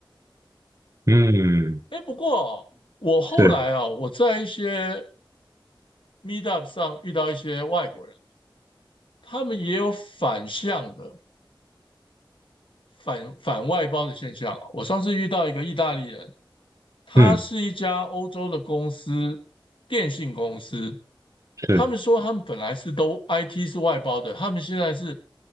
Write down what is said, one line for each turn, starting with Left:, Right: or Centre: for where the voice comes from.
Right: 嗯嗯
Left: 哎，不过我后来啊，
Right: 是
Left: 我在一些 Meetup 上遇到一些外国人，他们也有反向的反反外包的现象啊我上次遇到一个意大利人，它是一家欧洲的公司，
Right: 嗯
Left: 电信公司。
Right: 是
Left: 他们说他们本来是都 IT 是外包的，他们现在是